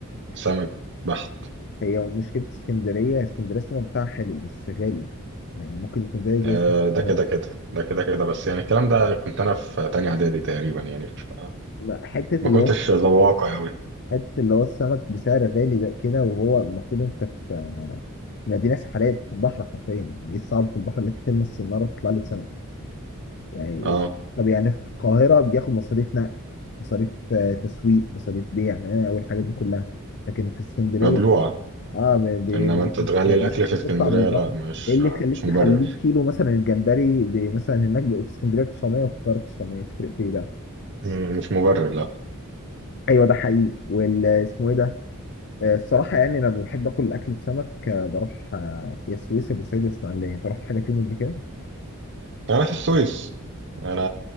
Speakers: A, on the right; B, on the left.
A: سمك بحت
B: هي مشكله اسكندريه اسكندريه السمك بتاعها حلو بس غالي يعني ممكن يكون زيه زي
A: أه
B: اسكندريه
A: ده
B: القاهرة.
A: كده كده ده كده كده بس يعني الكلام ده كنت انا في تانية اعدادي تقريبا يعني ف-
B: لا حته
A: ما
B: اللي
A: كنتش
B: هو
A: ذواقة قوي
B: حته اللي هو السمك بسعر غالي ده كده وهو المفروض انت في ما دي ناس حالات في البحر حرفيا يعني ايه الصعب في البحر ان انت تلمس السناره وتطلع له سمك يعني
A: اه
B: طب يعني في القاهره بياخد مصاريف نقل مصاريف آه، تسويق مصاريف بيع آه والحاجات دي كلها لكن في اسكندريه
A: مبلوعة
B: اه ب- ب-
A: إنما
B: لكن
A: أنت تغلي
B: في اسكندرية
A: الأكل في
B: أنت
A: اسكندرية
B: بتطلع من البحر
A: لا مش
B: ايه اللي يخليك
A: مش مبرر
B: تخليك كيلو مثلا الجمبري ب- مثلا هناك في اسكندريه 900 وفي القاهره 900 تفرق في ايه بقى؟
A: مم، مش مبرر لا
B: ايوه ده حقيقي والاسمه ايه ده؟ آه، الصراحه يعني انا لما بحب اكل اكل سمك آه، بروح آه، يا سويسرا بورسعيد يا اسماعيليه انت رحت حاجه فيهم قبل كده؟
A: أنا في السويس أنا